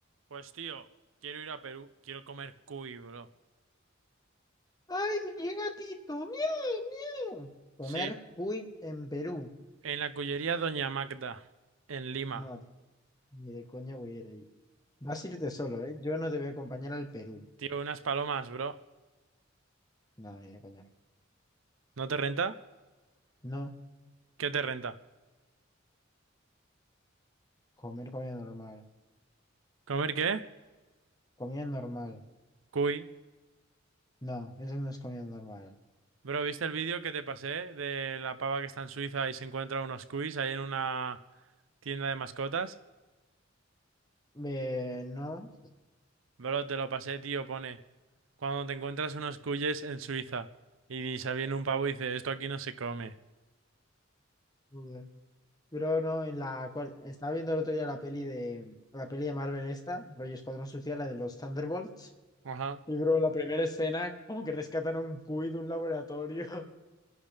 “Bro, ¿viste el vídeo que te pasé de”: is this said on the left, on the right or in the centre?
Right